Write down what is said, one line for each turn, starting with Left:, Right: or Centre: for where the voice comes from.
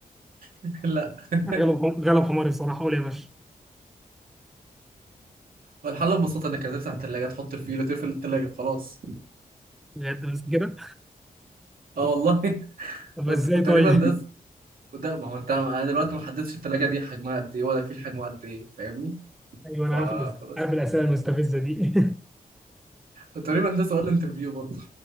Right: <laughs> لا <laughs>
Centre: غلب حم- غلب حماري بصراحه قول يا باشا
Right: هو الحل ببساطة انك هتفتح التلاجة تحط الفيل وتقفل التلاجة خلاص
Centre: بجد بس كده
Right: اه والله <laughs>
Centre: طب
Right: وت-
Centre: ازاي
Right: وتقريبا
Centre: طيب
Right: ده س-
Centre: <laughs>
Right: وده ما هو انت انا دلوقتي ما حددتش التلاجة دي حجمها قد ايه ولا الفيل حجمه قد ايه فاهمني
Centre: ايوه
Right: ف...
Centre: انا عارف الأس-
Right: فبس
Centre: عارف الاسئله المستفزه دي
Right: وتقريبا ده سؤال انترفيو برضه